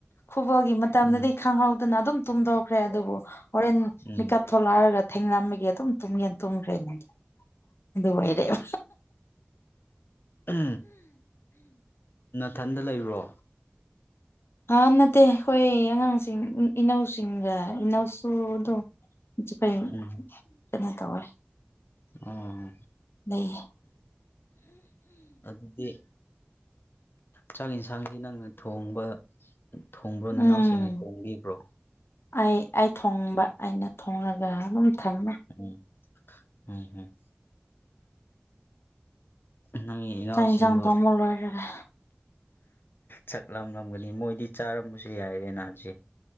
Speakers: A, on the left (about 90°); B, on the left (about 60°).
A: ꯈꯨꯨꯠꯕꯣꯜꯒꯤ ꯃꯇꯝꯗꯗꯤ
B: ꯎꯝ
A: ꯈꯪꯍꯧꯗꯅ ꯑꯗꯨꯝ ꯇꯨꯝꯊꯣꯛꯈ꯭ꯔꯦ ꯑꯗꯨꯕꯨ ꯍꯣꯔꯦꯟ
B: ꯎꯝ
A: ꯃꯤꯀꯞ ꯊꯣꯂꯛꯑꯔꯒ ꯊꯦꯡꯅꯝꯃꯒꯤ ꯑꯗꯨꯝ ꯇꯨꯝꯒꯅ ꯇꯨꯝꯈ꯭ꯔꯦꯅꯦꯗꯤ ꯑꯗꯨ ꯑꯣꯏꯔꯦꯕ
B: ꯎ ꯅꯊꯟꯗ ꯂꯩꯕ꯭ꯔꯣ
A: ꯑ ꯅꯠꯇꯦ ꯑꯩꯈꯣꯏ ꯑꯉꯥꯡꯁꯤꯡ ꯏꯅꯧꯁꯤꯡꯒ ꯏꯅꯧꯁꯨ ꯑꯗꯨꯝ ꯐꯩ
B: ꯎꯝ
A: ꯀꯩꯅꯣ ꯇꯧꯋꯦ
B: ꯑꯣ
A: ꯂꯩꯌꯦ
B: ꯑꯗꯨꯗꯤ ꯆꯥꯛ ꯌꯦꯟꯁꯥꯡꯗꯤ ꯅꯪꯅ ꯊꯣꯡꯕ ꯊꯣꯡꯕ꯭ꯔꯣ ꯅꯅꯥꯎꯁꯤꯡꯅ
A: ꯎꯝ
B: ꯊꯣꯡꯕꯤꯕ꯭ꯔꯣ
A: ꯑꯩ ꯑꯩ ꯊꯣꯡꯕ ꯑꯩꯅ ꯊꯣꯡꯉꯒ ꯑꯗꯨꯝ ꯊꯝꯃꯦ
B: ꯎꯝ ꯎꯝꯝ ꯅꯪꯒꯤ ꯏꯅꯥꯎꯁꯤꯡꯗꯣ
A: ꯆꯥꯛ ꯌꯦꯟꯁꯥꯡ ꯊꯣꯡꯕ ꯂꯣꯏꯔꯒ
B: ꯁꯛꯂꯝꯂꯝꯒꯅꯤ ꯃꯣꯏꯗꯤ ꯆꯥꯔꯝꯕꯁꯨ ꯌꯥꯏꯔꯦ ꯅ ꯍꯥꯏꯕꯁꯦ